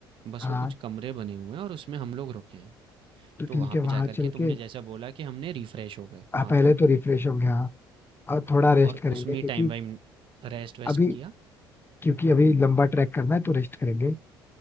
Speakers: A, on the right; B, on the left.
A: बस
B: हाँ
A: वो कुछ कमरे बने हुए हैं और उसमें हम लोग रुके हैं
B: तो ठीक
A: तो वहाँ
B: है
A: पे
B: वहाँ
A: जाकर के
B: चल
A: तुमने
B: के
A: जैसा बोला कि हमने रिफ़्रेश हो गए वहाँ
B: हाँ, पहले
A: पे
B: तो रिफ्रेश हो गया और थोड़ा रेस्ट
A: और
B: करेंगे
A: उसमें
B: क्योंकि
A: टाइम वाइम रेस्ट वेस्ट
B: अभी
A: किया
B: क्योंकि अभी
A: हम्म
B: लंबा ट्रैक करना है तो रेस्ट करेंगे